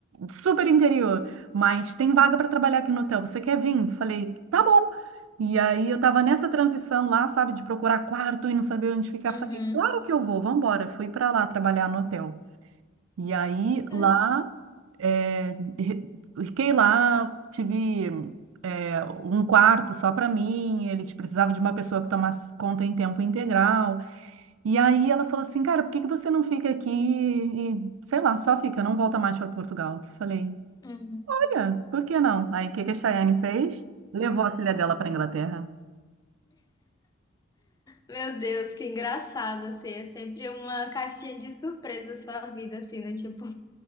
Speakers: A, on the right; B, on the left.
A: super interior, mas tem vaga para trabalhar aqui no hotel, você quer vir? Falei: Tá bom. E aí eu estava nessa transição lá, sabe, de procurar quarto e não saber onde ficar.
B: Uhum.
A: Falei: Claro que eu vou, vambora. Fui para lá trabalhar no hotel. E aí
B: É,
A: lá é, re- fiquei lá, tive é, um quarto só para mim, eles precisavam de uma pessoa que tomasse conta em tempo integral. E aí ela falou assim, cara, por que que você não fica aqui e, sei lá, só fica, não volta mais para Portugal? Falei,
B: uhum.
A: olha, por que não? Aí o que que a Chayane fez? Levou a filha dela para Inglaterra.
B: Meu Deus, que engraçado assim, é sempre uma caixinha de surpresa a sua vida assim, né? Tipo